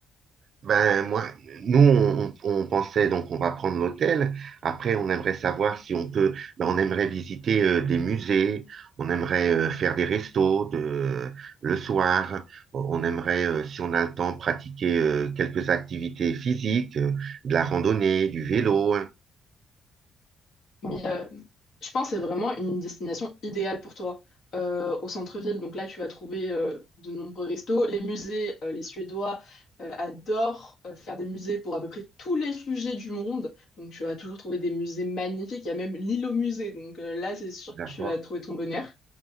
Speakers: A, on the right (about 60°); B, on the left (about 65°).
A: Ben, moi, nous, on, on pensait donc on va prendre l'hôtel. Après, on aimerait savoir si on peut. ben, on aimerait visiter euh, des musées. On aimerait euh, faire des restos de, le soir. On aimerait, euh, si on a le temps, pratiquer euh, quelques activités physiques, euh, de la randonnée, du vélo. hein,
B: Mais euh, je pense que c'est vraiment une destination idéale pour toi. Euh, au centre-ville, donc là, tu vas trouver euh, de nombreux restos. Les musées, euh, les Suédois euh, adorent euh, faire des musées pour à peu près tous les sujets du monde. Donc tu vas toujours trouver des musées magnifiques. Il y a même l'île au musée. Donc euh, là, c'est sûr
A: D'accord.
B: que tu vas trouver ton bonheur.